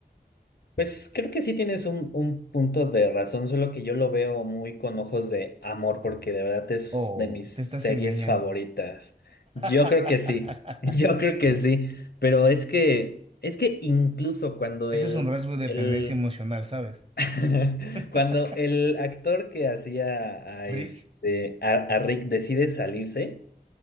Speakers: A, on the left (about 65°); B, on the right (about 35°).
A: Pues creo que sí tienes un, un punto de razón, solo que yo lo veo muy con ojos de amor, porque de verdad es
B: Oh,
A: de mis series
B: te estás engañando.
A: favoritas. Yo
B: <laughs>
A: creo que sí, <laughs> yo creo que sí, pero es que, es que incluso cuando
B: Eso
A: el,
B: es un rasgo de
A: el
B: dependencia emocional, ¿sabes?
A: <laughs>
B: <laughs>
A: Cuando el actor que hacía a
B: Rick.
A: este a, a
B: ¿Por
A: Rick
B: quién?
A: decide salirse,